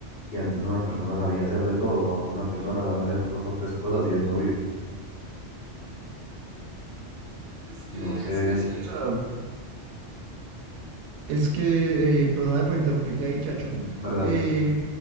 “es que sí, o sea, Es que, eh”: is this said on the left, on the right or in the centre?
Right